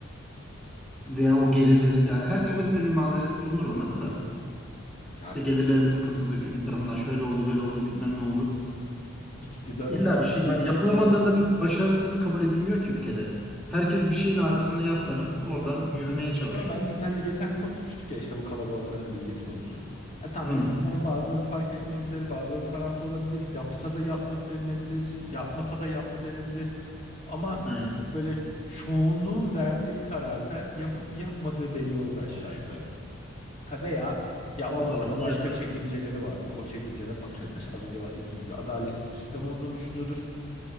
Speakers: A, in the centre; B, on the left.
A: Veya o gelirlerin ya her seferinde bir mazeret bulunur ona da.
B: Ya
A: İşte gelirlerimiz kısıldı hükümet tarafından şöyle oldu böyle oldu bilmem ne oldu.
B: iktidarın
A: İlla
B: ilk,
A: bir şey
B: ilk,
A: yani
B: ilk
A: yapılamadığında
B: kazı-
A: bir başarısızlık kabul edilmiyor ki ülkede. Herkes bir şeyin arkasına yaslanıp oradan yürümeye çalış.
B: Ya bence sen de geçen konuşmuştuk ya işte bu kalabalıkların bilgesi konusu. Ya tamam
A: Hı,
B: insanların bazıları fark etmeyebilir, bazıları taraflı olabilir. Yapsa da yapmadı denilebilir, yapmasa da yaptı denebilir. Ama
A: aynen.
B: böyle çoğunluğun verdiği kararda yapıp yapmadığı belli olur aşağı yukarı. Ha Veya yapmasa
A: Ortalamaya
B: da başka
A: yaklaş.
B: çekinceleri vardır. O çekinceler atıyorum. Mesela az önce bahsettiğimiz gibi adaletsiz bir sistem olduğunu düşünüyordur.